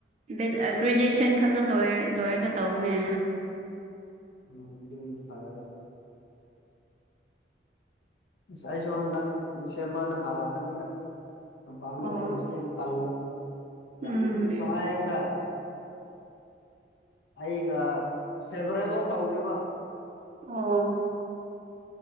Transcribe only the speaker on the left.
ꯎꯝ ꯑꯗꯨꯗꯤ ꯐꯔꯦ ꯥꯑꯁ ꯑꯩꯁꯨ ꯍꯟꯗꯛ ꯗꯤꯁꯦꯝꯕꯔ꯭ ꯗ ꯍꯜꯂꯛꯀꯅꯤꯗ ꯃꯄꯥꯟꯗ
ꯂꯩꯕꯁꯦ ꯌꯥꯝ ꯇꯜꯂꯦ
ꯌꯥꯝ ꯀꯃꯥꯏ ꯍꯥꯏꯒꯦꯔ ꯑꯩꯒ ꯐꯦꯚꯔꯦꯕꯜ ꯇꯧꯗꯦꯕ